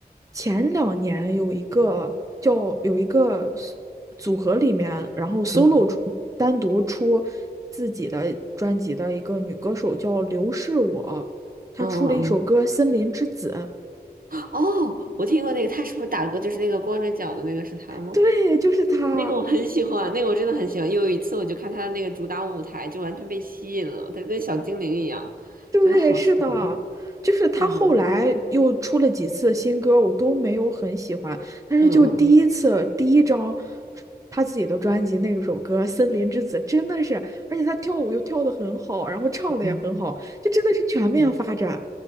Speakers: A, on the right; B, on the right.
A: 前两年有一个叫有一个
B: 嗯，
A: s- 组合里面，然后 solo
B: 嗯
A: 出单独出自己的专辑的一个女歌手叫刘是我，她出了一首歌《森林之子》，
B: 嗯嗯嗯，哦，我听过那个，他是不是打歌就是那个光着脚的那个是他吗？
A: 对，就是她。
B: 那个我很喜欢，那个我真的很喜欢。有一次我就看他的那个主打舞台，就完全被吸引了，他跟小精灵一样，
A: 对，
B: 真的好喜欢。
A: 是的，就是他后来又出了几次新歌，
B: 对对对，
A: 我都没有很喜欢，但是就第一次第一张
B: 嗯嗯
A: 他自己的专辑那个首歌《森林之子》，真的是，而且他跳舞又跳得很好，然后唱的也很好，
B: 嗯嗯
A: 就真的是全面发展。
B: 嗯，